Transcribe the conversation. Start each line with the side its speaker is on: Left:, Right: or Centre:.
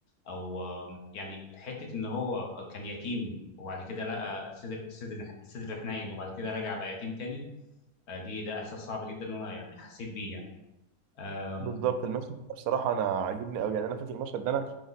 Left: او آم، يعني حته ان هو كان يتيم وبعد كده لقى صدر صدر صدر حنين وبعد كده رجع بقى يتيم تاني آه، دي ده احساس صعب جدا وانا يعني حسيت بيه يعني آم،
Right: بالظبط المشهد ده بصراحة أنا عاجبني أوي يعني أنا فاكر المشهد ده أنا